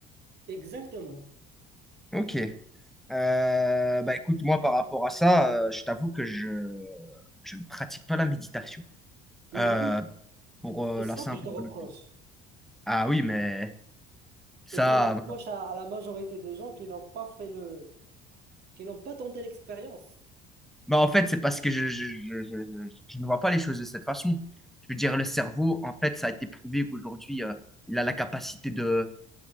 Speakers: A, on the right; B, in the centre.
A: exactement.
B: Ok. Euh, bah écoute, moi par rapport à ça, euh, je t'avoue que je, je ne pratique pas la méditation.
A: Mhm.
B: Euh, pour euh,
A: C'est ça
B: la simple
A: que je te
B: et
A: reproche
B: bonne raison. Ah oui, mais ça...
A: et que je reproche à, à la majorité des gens qui n'ont pas fait le, qui n'ont pas tenté l'expérience.
B: Bah, en fait, c'est parce que je, je, je, je, je- je ne vois pas les choses de cette façon. Je veux dire, le cerveau, en fait, ça a été prouvé qu'aujourd'hui, euh, il a la capacité de